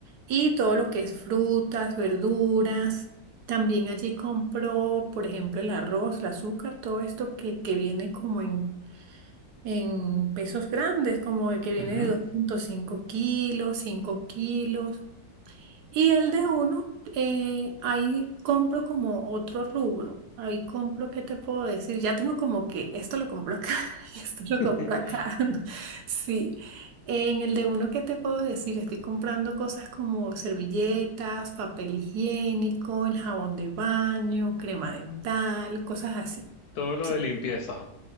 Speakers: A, on the right (about 70°); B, on the left (about 70°).
A: y todo lo que es frutas, verduras. También allí compro, por ejemplo, el arroz, el azúcar, todo esto que, que viene como en, en pesos grandes, como de que viene
B: Ujú.
A: de dos punto cinco kilos, 5 kilos. Y el de uno, eh, ahí compro como otro rubro. Ahí compro, ¿qué te puedo decir? Ya tengo como que esto lo compro acá <laughs> y esto lo
B: <laughs>
A: compro acá. <laughs> Sí. En el de uno, ¿qué te puedo decir? Estoy comprando cosas como servilletas, papel higiénico, el jabón de baño, crema dental, cosas así.
B: Todo lo
A: Sí,
B: de limpieza.